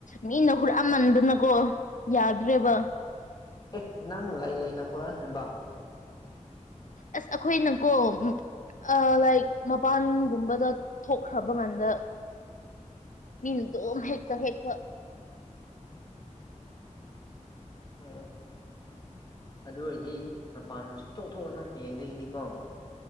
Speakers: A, on the left; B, on the left.
A: ꯃꯤꯅ ꯍꯨꯔꯥꯟꯃꯟꯗꯅꯀꯣ ꯌꯥꯗ꯭ꯔꯦꯕ
B: ꯑꯦ ꯅꯪ ꯂꯩ ꯂꯩꯅ ꯍꯨꯔꯥꯥꯟꯍꯟꯕ
A: ꯑꯁ ꯑꯈꯣꯏꯅꯀꯣ ꯑ ꯂꯥꯏꯛ ꯃꯄꯥꯟꯒꯨꯝꯕꯗ ꯊꯣꯛꯈ꯭ꯔꯕ ꯀꯥꯟꯗ ꯃꯤꯅ ꯑꯗꯨꯝ ꯍꯦꯛꯇ ꯍꯦꯛꯄ
B: ꯑꯣ ꯑꯣ ꯑꯗꯨ ꯑꯣꯏꯔꯗꯤ ꯃꯄꯥꯟ ꯁꯨꯡꯊꯣꯛ ꯊꯣꯛꯑꯅꯨ ꯍꯌꯦꯡꯗꯒꯤꯗꯤꯀꯣ